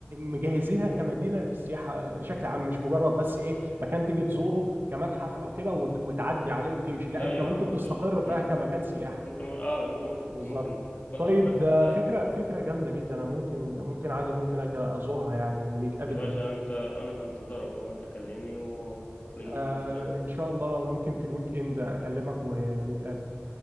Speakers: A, on the right; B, on the left.
A: مجهزينها كمدينه للسياحه بشكل عام مش مجرد بس ايه مكان تيجي تزوره كمتحف او كده وت- وتعدي عليه وتمشي لا
B: لا
A: انت ممكن
B: يا عم
A: تستقر
B: ده
A: فيها
B: انت
A: كمكان سياحي
B: انت م- اه انت ممكن
A: بالظبط
B: ممكن تاخد فترة
A: طيب
B: هناك
A: ده
B: سايح
A: فكره فكره جامده جدا انا ممكن ممكن عادي ممكن اجي ازورها يعني ونتقابل
B: يا باشا
A: هنا
B: انت انا في انتظارك والله انت كلمني وهتلاقيني
A: آه
B: في انتظارك
A: ان شاء الله ممكن في الويك اند اكلمك و- ونتقابل